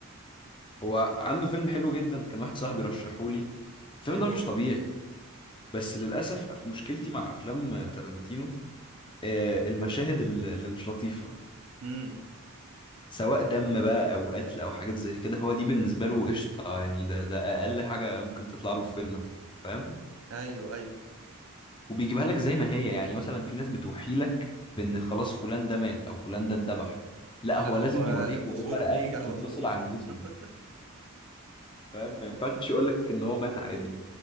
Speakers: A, on the left (about 20°); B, on the right (about 75°).
A: هو عنده فيلم حلو جدا كان واحد صاحبي رشحه لي الفيلم
B: ايه
A: ده
B: هو
A: مش طبيعي بس للاسف أف- مشكلتي مع افلام تارانتينو آه، المشاهد الل- اللي مش لطيفة
B: امم
A: سواء دم بقى او قتل او حاجات زي كده هو دي بالنسبة له قشطة يعني ده ده اقل حاجة ممكن تطلع له في فيلم فاهم
B: ايوه ايوه
A: وبيجيبها لك زي ما هي يعني مثلا في ناس بتوحي لك بان خلاص فلان ده مات او فلان ده اتذبح لا
B: لا
A: هو
B: هو
A: لازم يوريك
B: التصوير
A: وهو رقبته
B: بيجي على
A: بتنفصل
B: طول
A: عن جسمه
B: <laughs>
A: فاهم ما ينفعش يقول لك ان هو مات عادي